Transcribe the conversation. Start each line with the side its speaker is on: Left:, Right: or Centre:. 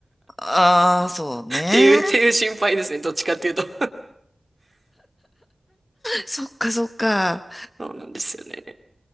Left: ああ、そうね。
Right: ていう、っていう心配ですね。どっちかっていうと。
Left: そっかそっか。
Right: そうなんですよね。